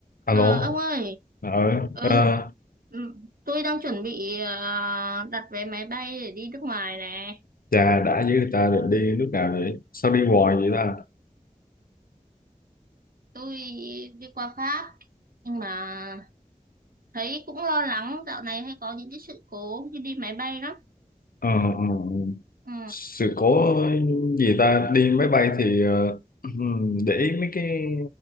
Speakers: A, on the left; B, on the right.
A: Alo,
B: Ờ, ông ơi,
A: ờ,
B: ừ,
A: ờ,
B: ừ, tôi đang chuẩn bị à, đặt vé máy bay để đi nước ngoài nè.
A: chà đã với ta rồi đi lúc nào vậy? Sao đi hoài vậy ta?
B: Tôi đi qua Pháp, nhưng mà thấy cũng lo lắng dạo này hay có những cái sự cố khi đi máy bay lắm.
A: Ờ, ờ,
B: Ừ,
A: sự cố gì ta đi máy bay thì ờ, <clears throat> để ý mấy cái